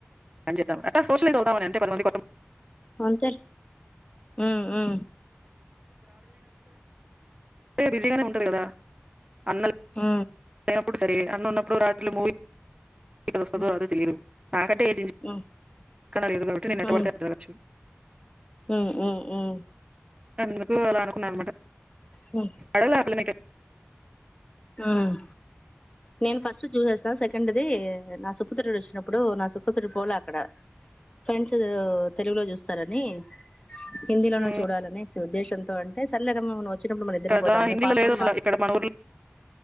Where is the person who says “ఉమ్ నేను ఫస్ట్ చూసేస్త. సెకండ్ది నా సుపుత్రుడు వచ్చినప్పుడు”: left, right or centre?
Left